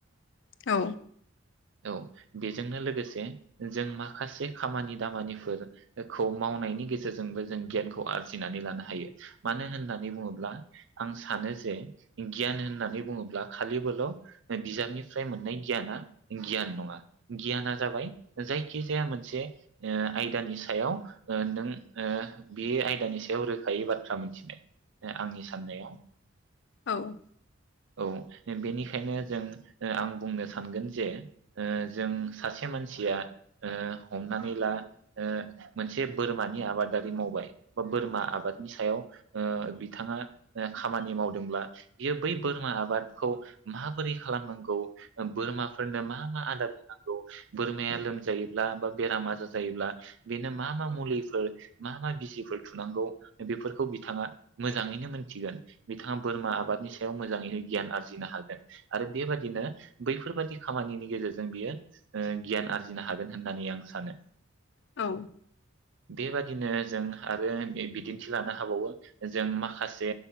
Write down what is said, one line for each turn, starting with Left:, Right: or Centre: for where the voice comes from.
Left: औ
Right: औ बेजोंनो लोगोसे जों माखासे खामानि दामानिफोरखौ मावनायनि गेजेरजोंबो जों गियानखौ आरजिनानै लानो हायो मानो होननानै बुङोब्ला आं सानो जे गियान होननानै बुङोब्ला खालिबोल बिजाबनिफ्राय मोननाय गियाना गियान नङा गियाना जाबाय जायखिजाया मोनसे आयदानि सायाव ओ नों ओ बे आयदानि सायाव रोखायै बाथ्रा मोनथिनाय आंनि साननायाव
Left: औ
Right: औ बेनिखायनो जों ओ आं बुंनो सानगोन जे ओ जों सासे मानसिया ओ हमनानै ला ओ मोनसे बोरमानि आबादारि मावबाय बा बोरमा आबादनि सायाव ओ बिथाङा खामानि मावदोंब्ला बियो बै बोरमा आबादखौ माबोरै खालामनांगौ बोरमाफोरनो मा मा आदार होनांगौ बोरमाया लोमजायोब्ला बा बेराम आजाराजायोब्ला बेनो मा मा मुलिफोर मा मा बिजिफोर थुनांगौ बेफोरखौ बिथाङा मोजाङैनो मोनथिगोन बिथाङा बोरमा आबादनि सायाव मोजाङैनो गियान आरजिनो हागोन आरो बेबादिनो बैफोरबादि खामानिनि गेजेरजों ओ बियो गियान आरजिनो हागोन होननानै आं सानो
Left: औ
Right: बेबायदिनो जों। आरो बिदिन्थि लानो हाबावो जों माखासे